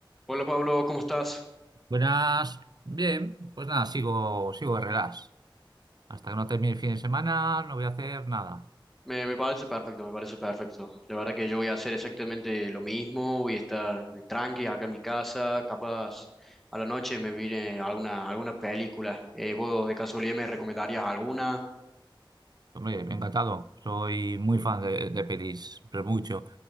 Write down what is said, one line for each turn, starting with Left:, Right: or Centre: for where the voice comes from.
Centre: Hola Pablo, ¿cómo estás?
Right: Buenas, bien, pues nada, sigo, sigo de relax. Hasta que no termine el fin de semana, no voy a hacer nada.
Centre: Me, me parece perfecto, me parece perfecto. La verdad que yo voy a hacer exactamente lo mismo, voy a estar tranqui acá en mi casa, capaz a la noche me viene alguna, alguna película. Eh, ¿vos de casualidad me recomendarías alguna?
Right: Hombre, me ha encantado. Soy muy fan de, de pelis, pero mucho.